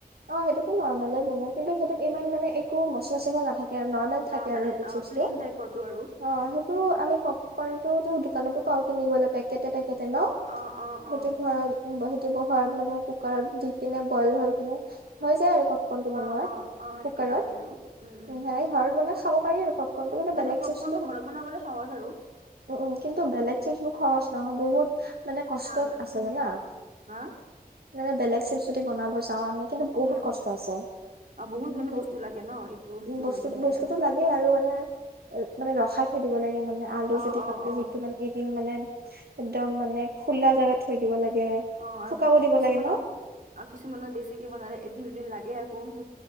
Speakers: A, on the right; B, on the right.
A: অ', সেইটোতো নৰ্মেলে বনাই, কিন্তু সেইটোত ইমান মানে একো মচলা চছলা নাথা কে নৰ্মেল থাকে
B: অ মানে
A: আৰু সেইটো
B: অ
A: চিজটো,
B: প্লেইন টাইপৰটো আৰু
A: অ', টো আমি পপকৰ্ণটো তো দোকানতো পাওঁ কিনিবলে পেকেটে পেকেটে ন
B: অ অ
A: হেতু
B: অ
A: ভাল বহু <unintelligible> ঘৰত মানে কুকাৰত দি কিনে বইল হৈ কিনে। হৈ যায় আৰু পপকৰ্ণটো বনোৱা
B: অ', অ', অ', সেনেকে
A: কুকাৰত
B: পাৰি আৰু, উম, উম।
A: সেনেকে ঘৰত বনাই খাব পাৰি আৰু কৰ্নটো কিন্তু
B: মানে
A: বেলেগ
B: পপকৰ্নটো
A: চিচটো,
B: ঘৰত বনাবলৈ সহজ আৰু
A: উ, উ, কিন্তু বেলেগ চিচবো খৰচ নহয় বহুত মানে কষ্টত
B: টান আৰু
A: আছে
B: বহুত
A: জানা
B: হা
A: মানে বেলেগ চিপ চুতি বনাব যাওঁ আমি। কিন্তু বহুত
B: উম
A: কষ্ট আছে,
B: আৰু বহুত মানে
A: উ,
B: বস্তু লাগে ন এইটো সেইটো
A: বস্তু-বস্তুটো
B: লাগি থাকে আৰু
A: লাগে আৰু মানে, মানে ৰখাই থৈ দিব লাগে মানে, আলু
B: অ
A: যদি
B: অ
A: কাপ
B: অ
A: সিটো মানে এদিন মানে এক্দম মানে খোলা জাগাত থৈ দিব লাগে।
B: অ', আৰু
A: শুকাব দিব
B: কিছুমানত
A: লাগে ন
B: অ', কিছুমানত বেছিকে বনালে এক দুদিন লাগে আকৌ হেইটো